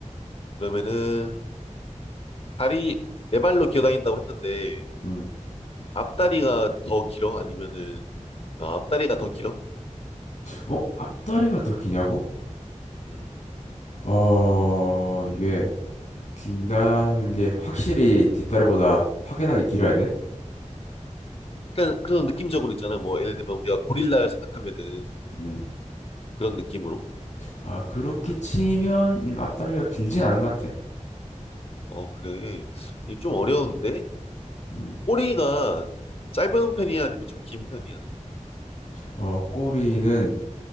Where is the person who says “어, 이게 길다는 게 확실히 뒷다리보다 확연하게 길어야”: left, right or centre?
Left